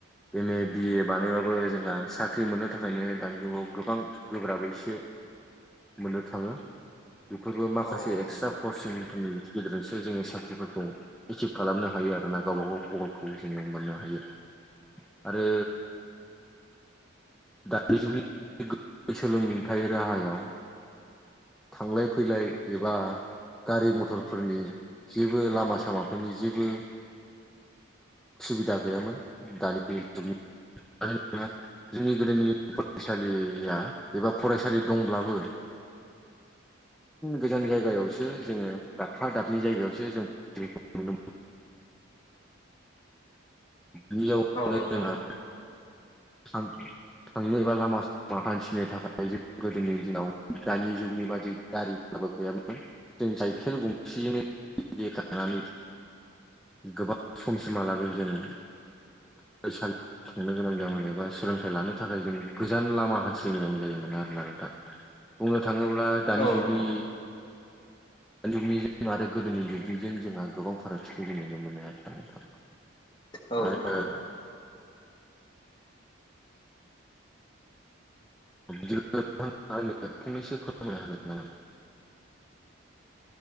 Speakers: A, in the centre; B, on the left (about 25°).
A: एम ए बिए बानायबाबो जोंहा साख्रि मोननो थाखायनो दानि जुगाव गोबां गोब्राबै एसे मोननो थाङो बेफोरबो माखासे
B: औ
A: एक्सट्रा
B: नोंथां
A: कचिंफोरनि गेजेरजोंसो जोङो साख्रिफोरखौ एसिभ खालामनो हायो आरो ना गावबा गाव गलखौ जोङो मोननो हायो आरो दानिजुगनि सोलोंथाइ राहायाव थांलाय फैलाय एबा गारि मथरफोरनि जेबो लामा सामाफोरनि जेबो सुबिदा गैयामोन दानि जुगनि मानो होनोब्ला जोंनि गोदोनि फरायसालिया एबा फरायसालि दंब्लाबो गोजान जायगायावसो जोङो दाबफा दानै जायगायावसो जों नुनो बिनि जाउावनो
B: औ नोंथां
A: जोंहा
B: औ नोंथां
A: <inaudible> थांनो एबा लामा सामा हान्थिनो थाखाय जों गोदोनि दिनाव दानि जुगनि बादि गारि फोरबो गैयामोन जों साइखेल गंसेजोंनो खानानै <inaudible> गोबां समसिमहालागै जों फरायसालियाव थांनो गोनां जाबोन बा सोलोंथाइ लानो थाखाय जों गोजान लामा हान्थिनो गोनां जायोमोन आरो ना नोंथां बुंनो थाङोब्ला
B: औ
A: दानि
B: औ
A: जुगनि
B: नोंथां
A: दानि जुगनिजों आरो गोदोनि जुगनिजों जोंहा गोबां फारागथिखौ जों नुनो मोनोआरो नोंथां
B: औ औ नोंथां
A: आरो
B: औ
A: सो खनो हागोन नामा <inaudible>